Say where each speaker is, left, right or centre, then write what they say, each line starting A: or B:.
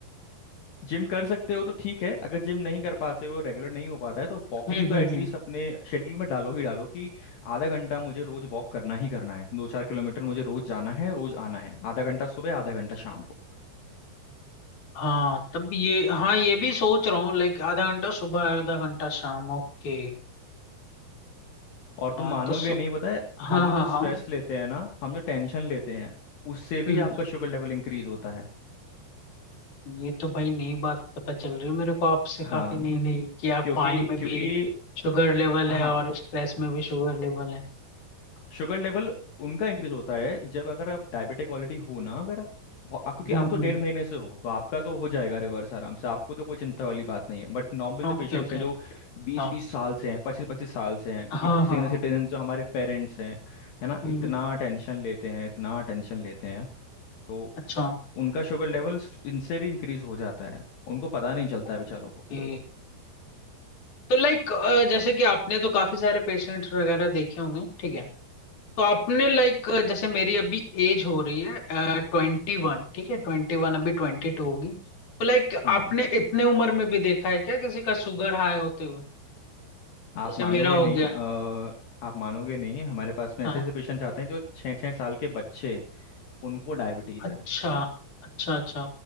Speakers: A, on the left; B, on the left.
A: जिम कर सकते हो तो ठीक है अगर जिम नहीं कर पाते हो रेगुलर नहीं हो पाता है तो वॉकिंग
B: हम्म
A: तो
B: हम्म
A: एटलीस्ट
B: हम्म
A: अपने शेड्यूल में डालो ही डालो कि आधा घंटा मुझे रोज वॉक करना ही करना है दो चार किलोमीटर मुझे रोज जाना है रोज आना है आधा घंटा सुबह आधा घंटा शाम को
B: हाँ तब ये हाँ ये भी सोच रहा हूँ लाइक आधा घंटा सुबह आधा घंटा शाम ओके
A: और तुम
B: हाँ
A: मानोगे
B: तो सु...
A: नहीं पता है
B: हाँ
A: हम
B: हाँ
A: जो स्ट्रेस
B: हाँ
A: लेते हैं ना हम जो टेंशन लेते हैं उससे भी
B: हम्म
A: आपका
B: हम्म।
A: शुगर लेवल इंक्रीज होता है
B: ये तो भाई नई बात पता चल रही हो मेरे को आपसे
A: हाँ
B: काफी नई नई कि आप
A: क्योंकि
B: पानी में
A: क्योंकि
B: भी शुगर लेवल
A: हाँ
B: है और स्ट्रेस में भी शुगर लेवल है
A: शुगर लेवल उनका इंक्रीज होता है जब अगर आप डायबिटिक ऑलरेडी हो ना अगर आप बहु- आप- क्योंकि
B: हम्म
A: आप
B: हम्म
A: तो डेढ़ महीने से हो तो आपका तो हो जाएगा रिवर्स आराम से आपको तो कोई चिंता वाली बात नहीं है बट नॉर्मल
B: Okay
A: जो पेशेंट्स
B: okay
A: हैं जो बीस
B: हाँ
A: बीस साल से हैं पच्चीस पच्चीस साल से हैं क्योंकि
B: हाँ हाँ
A: सीनियर
B: हाँ
A: सिटीजन जो हमारे पेरेंट्स हैं है ना
B: हम्म
A: इतना टेंशन लेते हैं इतना टेंशन लेते हैं तो
B: अच्छा
A: उनका शुगर लेवल इनसे भी इंक्रीज हो जाता है उनको पता नहीं चलता है
B: ओके
A: बेचारों को
B: तो लाइक जैसे कि आपने तो काफी सारे पेशेंट्स वगैरह देखे होंगे ठीक है तो आपने लाइक जैसे मेरी अभी एज हो रही है ट्वेंटी वन ठीक है ट्वेंटी वन अभी ट्वेंटी टू होगी तो लाइक
A: हम्म
B: आपने इतने उम्र में भी देखा है क्या किसी का शुगर हाई होते हुए
A: आप
B: जैसे
A: मानोगे
B: मेरा हो
A: नहीं
B: गया
A: अ, आप मानोगे नहीं हमारे पास में
B: हाँ
A: ऐसे ऐसे पेशेंट्स आते हैं जो छः छः साल के बच्चे उनको डायबिटीज
B: अच्छा
A: है
B: अच्छा अच्छा